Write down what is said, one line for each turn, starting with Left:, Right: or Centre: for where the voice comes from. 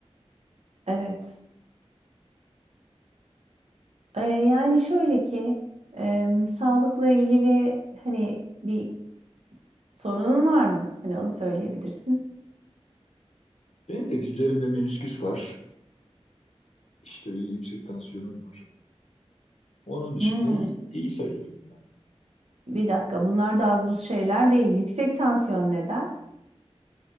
Right: evet. Eee, yani şöyle ki em, sağlıkla ilgili hani bir Sorunun var mı? Hani onu söyleyebilirsin.
Left: Benim de dizlerimde menisküs var. İşte bir yüksek tansiyonum var. Onun dışında
Right: Hmm,
Left: iyi, iyi sayılırım ya.
Right: bir dakika. Bunlar da az buz şeyler değil. Yüksek tansiyon neden?